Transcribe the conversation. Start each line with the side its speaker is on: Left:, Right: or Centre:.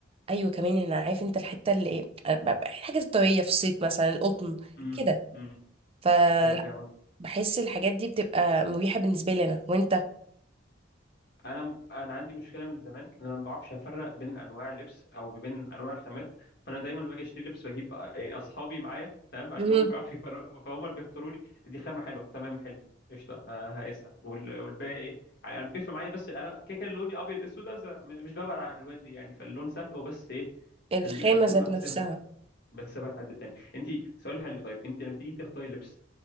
Right: ايوه كمان انا عارف انت الحتة اللي ايه، أنا ب- ب- الحاجات الطبيعية في الصيف مثلا القطن
Left: امم
Right: كده
Left: امم
Right: فبحس
Left: ايوه فاهم قصدي
Right: الحاجات دي بتبقى مريحة بالنسبة لي انا وانت
Left: انا انا عندي مشكله من زمان ان انا ما بعرفش افرق بين انواع اللبس او بين انواع الخامات فانا دايما لما باجي اشتري لبس بجيب آه، يعني اصحابي معايا تمام عشان
Right: مم.
Left: هم بيعرفوا يفرقوا فهم اللي بيختاروا لي دي خامه حلوه تمام حلو قشطه ه- هقيسها وال- والباقي ايه يعني انا بيفرق معايا بس انا كده كده لوني ابيض اسود ازرق م- مش ببعد عن الالوان دي يعني فاللون سهل هو بس ايه
Right: الخامة
Left: ال- الخامه
Right: ذات
Left: بس
Right: نفسها
Left: بس بقى حد تاني انت سؤال حلو طيب انت لما تيجي تختاري لبس